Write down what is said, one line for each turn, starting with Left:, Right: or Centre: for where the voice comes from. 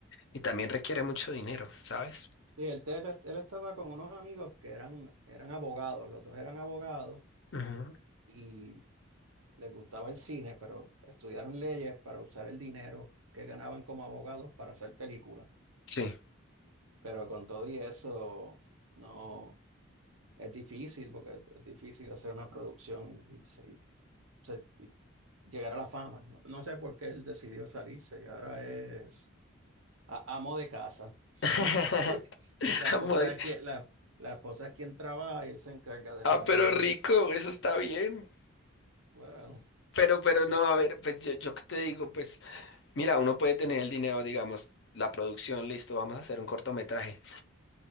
Left: Y también requiere mucho dinero, ¿sabes?
Right: Sí, él, te- él estaba con unos amigos que eran, eran abogados, los dos eran abogados
Left: Ujú.
Right: y les gustaba el cine, pero estudiaron leyes para usar el dinero que ganaban como abogados para hacer películas.
Left: Sí.
Right: Pero con todo y eso, no. Es difícil, porque es es difícil hacer una producción y, se- y se- y llegar a la fama. No, no sé por qué él decidió salirse y ahora es a- amo de casa.
Left: <laughs>
Right: <laughs> Porque La esposa
Left: Muy-
Right: es quien, la, la esposa es quien trabaja y él se encarga de
Left: Ah,
Right: los niños.
Left: pero rico, eso está bien.
Right: Bueno,
Left: Pero, pero
Right: that's-
Left: no, a ver, pues yo, yo qué te digo, pues mira, uno puede tener el dinero, digamos, la producción, listo, vamos a hacer un cortometraje.